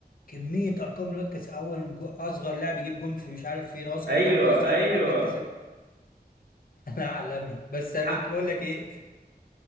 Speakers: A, on the left; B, on the right.
A: كمية ارقام الواد كاس اول جو- اصغر لاعب يجيب جون في مش عارف فين اصغر
B: أيوه
A: لاعب اصغر
B: أيوه
A: لاعب هتلاقي كاس لا عالمي بس انا
B: حق
A: كنت بقول لك ايه ف-